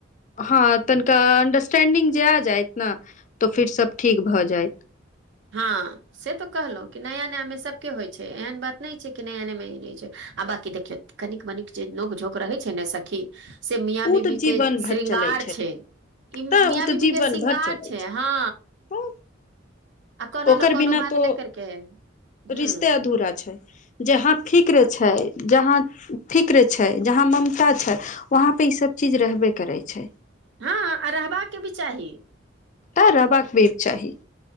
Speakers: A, on the left; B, on the right.
A: हँ तनिका अंडरस्टेंडिंग जे आब जायइत ने तऽ फिर सब ठीक भऽ जायइत
B: हँ से तो कहलहुँ कि नया नयामे सबके होइ छै एहन बात नहि छै कि नया नया हो छै आ बाकी देखियौ कनिक मनिक जे नोक झोक रहै छै ने सखी से मिया
A: ओ
B: बीबी
A: तऽ जीवन
B: के
A: भर
B: श्रृंगार
A: चलै
B: छै ई मिया
A: तऽ ओ तऽ
B: बीबी
A: जीवन
B: के शृंगार
A: भर चलै
B: छै हँ
A: तऽ
B: आ कोनो
A: ओकर
B: ने कोनो
A: बिना
B: बात
A: तो
B: ले करके ह
A: रिश्ते अधूरा छै जहाँ फिक्र छै जहाँ फिक्रे छै छै जहाँ ममता छै वहाँ पे ई सब चीज रहबे करै छै
B: हँ आ रहबाक के भी चाही
A: तऽ रहबाक
B: ह
A: भी चाही